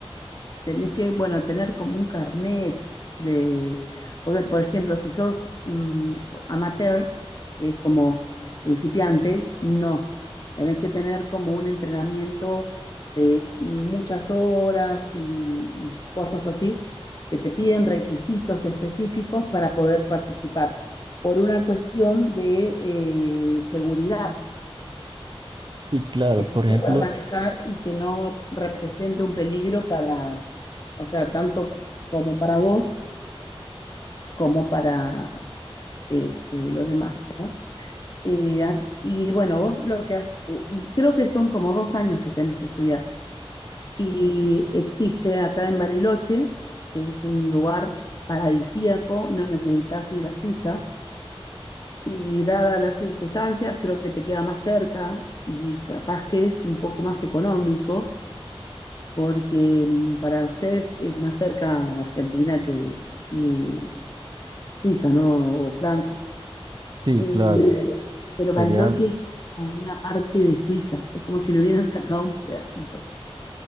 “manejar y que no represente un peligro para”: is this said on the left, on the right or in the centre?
Left